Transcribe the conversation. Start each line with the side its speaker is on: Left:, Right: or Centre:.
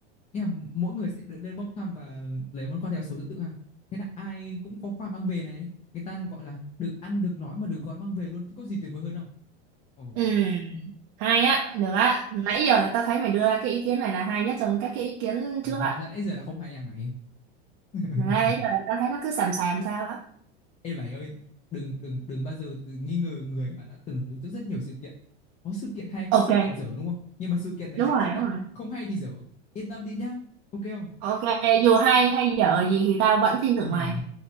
Left: nghĩa là mỗi người sẽ được lên bốc thăm và lấy món quà theo số thứ tự ha thế là ai cũng có quà mang về này người ta cũng gọi là được ăn được nói mà được gói mang về luôn chứ có gì tuyệt vời hơn không ồ
Right: Ừ, hay á, được á. Nãy giờ là tao thấy mày đưa ra cái ý kiến này là hay nhất trong các cái ý kiến
Left: à,
Right: trước
Left: hóa
Right: á.
Left: ra nãy giờ là không hay à mày <laughs>
Right: Nãy giờ là tao thấy nó cứ xàm xàm sao á.
Left: Ê mày ơi, đừng đừng đừng bao giờ tự nghi ngờ người mà đã từng tổ chức rất nhiều sự kiện. Có sự kiện hay, có
Right: Ok,
Left: sự kiện dở đúng không? Nhưng mà sự kiện này
Right: đúng
Left: chắc
Right: rồi,
Left: chắn là
Right: đúng rồi.
Left: không hay thì dở. Yên tâm đi nhá. Ok không?
Right: Ok, dù hay hay dở gì thì tao vẫn tin
Left: Ờ,
Right: tưởng mày.